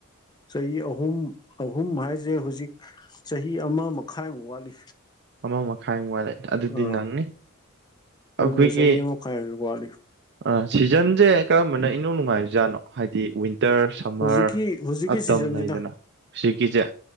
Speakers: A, on the left; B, on the right.
A: ꯆꯍꯤ ꯑꯍꯨꯝ ꯑꯍꯨꯝ ꯍꯥꯏꯁꯦ ꯍꯧꯖꯤꯛ ꯆꯍꯤ ꯑꯃ ꯃꯈꯥꯏꯃꯨꯛ ꯋꯥꯠꯂꯤ
B: ꯑꯃ ꯃꯈꯥꯏ ꯋꯥꯂꯦ ꯑꯗꯨꯗꯤ
A: ꯑꯥ
B: ꯅꯪꯅꯤ
A: ꯑꯗꯨꯅ
B: ꯑꯩꯈꯣꯏꯒꯤ
A: ꯆꯍꯤ ꯑꯃ ꯃꯈꯥꯏ ꯋꯥꯠꯂꯤ
B: ꯑ ꯁꯤꯖꯟꯁꯦ ꯀꯔꯝꯕꯅ ꯏꯅꯧ ꯅꯨꯡꯉꯥꯏꯕꯖꯥꯠꯅꯣ ꯍꯥꯏꯗꯤꯋꯤꯟ ꯋꯤꯟꯇꯔ ꯁꯝꯃꯔ
A: ꯍꯧꯖꯤꯛꯀꯤ ꯍꯧꯖꯤꯛꯀꯤ
B: ꯑꯇꯝ
A: ꯁꯤꯖꯟꯁꯤꯅ
B: ꯂꯩꯗꯅ ꯁꯤꯒꯤꯁꯦ